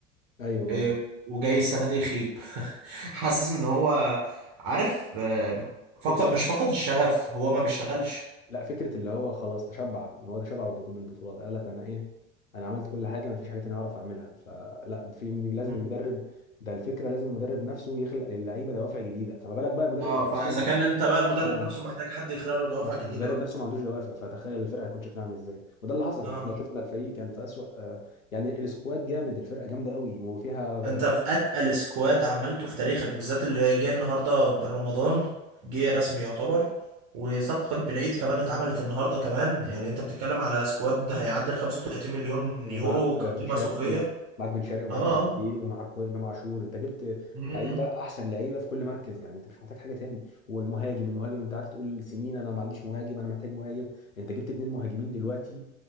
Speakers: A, on the left (about 90°); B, on the right (about 45°).
A: ايوه
B: آه، وجاي السنة دي يخيب <laughs> حاسس ان هو عارف آه، فقد
A: فكره
B: مش فقد الشغف هو ما بيشتغلش
A: لا فكره اللي هو خلاص تشبع ان هو تشبع بالبطو- بالبطولات قال لك انا ايه انا عملت كل حاجه ما فيش حاجه تانية اعرف اعملها فلا في لازم
B: مم.
A: المدرب ده الفكره لازم المدرب نفسه يخلق للعيبه دوافع جديده فما بالك بقى المدرب
B: اه فاذا
A: نفسه
B: كان انت بقى المدرب
A: اه
B: نفسه محتاج حد يخلق له دوافع
A: ما-
B: جديدة
A: المدرب
B: بقى
A: نفسه ما عندوش دوافع فتخيل الفرقه هيكون شكلها عامل ازاي وده اللي حصل
B: اه
A: احنا شفنا الفريق كان في اسوأ آه، يعني السكواد جامد الفرقه جامده قوي وفيها
B: انت
A: مش
B: في اتقل سكواد عملته في تاريخك بالذات اللي جه النهارده بالرمضان جه رسمي يعتبر وصفقة بالعيد كمان اتعملت النهارده كمان يعني
A: و-
B: انت بتتكلم على سكواد هيعدي ال 35 مليون
A: ومعاك
B: يورو كقيمة
A: بن شرقي
B: سوقية
A: معاك بن شرقي ومعاك
B: اه اه
A: تريزيجيه ومعاك امام عاشور انت جبت
B: مم.
A: لعيبه احسن لعيبه في كل مركز يعني انت مش محتاج حاجه تاني والمهاجم المهاجم انت قعدت تقول سنين انا ما عنديش مهاجم انا محتاج مهاجم انت جبت اتنين مهاجمين دلوقتي